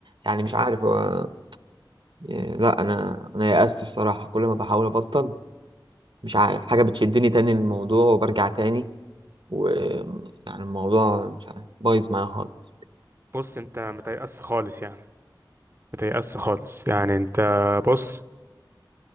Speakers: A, on the right; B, on the right.
A: يعني مش
B: مم.
A: عارف هو يعني لا أنا أنا يأست الصراحة كل ما بحاول أبطل مش عارف حاجة بتشدني تاني للموضوع وبرجع تاني ويعني الموضوع مش عارف بايظ معايا خالص
B: بص انت متيأس خالص يعني متيأس خالص يعني انت بص